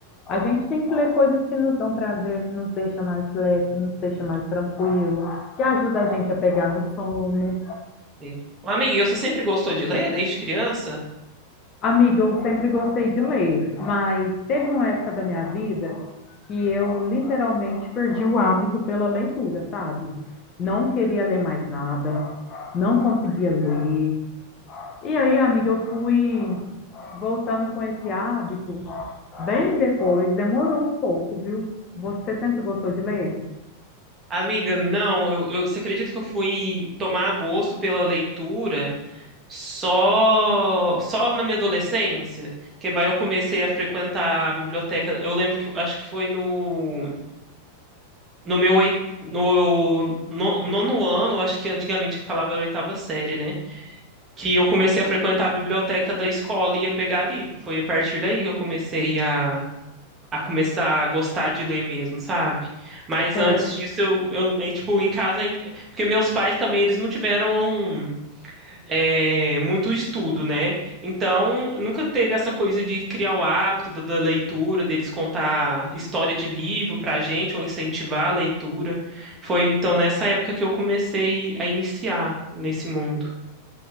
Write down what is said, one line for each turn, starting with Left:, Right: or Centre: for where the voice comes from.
Left: a gente tem que ler coisas que nos dão prazer, que nos deixa mais leve, que nos deixa mais tranquilo, que ajuda a gente a pegar no sono.
Right: Sim. Ô, Amiga, e você sempre gostou de ler desde criança?
Left: Amiga, eu sempre gostei de ler, mas teve uma época da minha vida que eu literalmente perdi o hábito pela leitura, sabe? Não queria ler mais nada, não conseguia ler, E aí, amiga, eu fui voltando com esse hábito bem depois, demorou um pouco, viu? Você sempre gostou de ler?
Right: Amiga, não, eu, eu- você acredita que eu fui tomar gosto pela leitura só só na minha adolescência? Que vai eu comecei a frequentar a biblioteca. Eu lembro que eu- acho que foi no No meu oit- no, no nono ano, acho que antigamente falava oitava série, né? Que eu comecei a frequentar a biblioteca da escola e ia pegar livro. Foi a partir daí que eu comecei a, a começar a gostar de ler mesmo, sabe? Mas
Left: Você
Right: antes disso, eu, eu, aí, tipo, em casa, em- porque meus pais também, eles não tiveram é, muito estudo, né? Então, nunca teve essa coisa de criar o hábito da, da leitura, deles contar história de livro pra gente, ou incentivar a leitura. Foi então nessa época que eu comecei a iniciar nesse mundo.